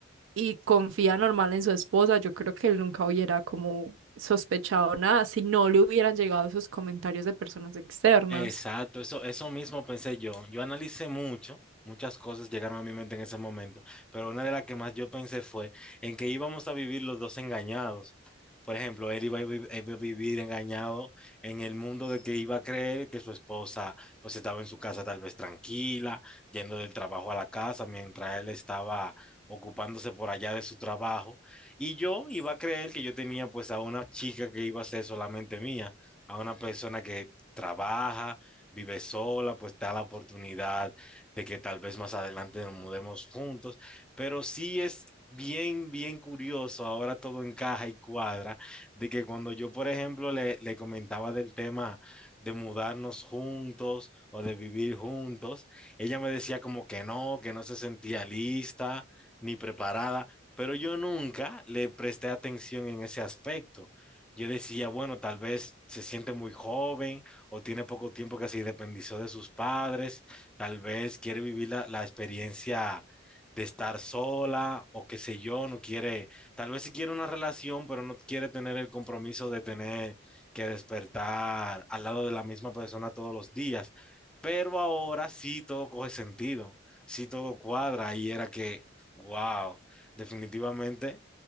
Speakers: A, on the right (about 75°); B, in the centre.
A: y confía normal en su esposa, yo creo que él nunca hubiera como sospechado nada si no le hubieran llegado esos comentarios de personas externas.
B: Exacto, eso, eso mismo pensé yo. Yo analicé mucho, muchas cosas llegaron a mi mente en ese momento, pero una de las que más yo pensé fue en que íbamos a vivir los dos engañados. Por ejemplo, él iba a, vi- iba a vivir engañado en el mundo de que iba a creer que su esposa pues estaba en su casa tal vez tranquila, yendo del trabajo a la casa, mientras él estaba ocupándose por allá de su trabajo. Y yo iba a creer que yo tenía pues a una chica que iba a ser solamente mía a una persona que trabaja, vive sola, pues está la oportunidad de que tal vez más adelante nos mudemos juntos, pero sí es bien, bien curioso, ahora todo encaja y cuadra, de que cuando yo, por ejemplo, le, le comentaba del tema de mudarnos juntos o de vivir juntos, ella me decía como que no, que no se sentía lista ni preparada, pero yo nunca le presté atención en ese aspecto. Yo decía, bueno, tal vez se siente muy joven, o tiene poco tiempo que se independizó de sus padres, tal vez quiere vivir la, la experiencia de estar sola o qué sé yo, no quiere, tal vez sí quiere una relación, pero no quiere tener el compromiso de tener que despertar al lado de la misma persona todos los días. Pero ahora sí todo coge sentido, sí todo cuadra y era que, wow, definitivamente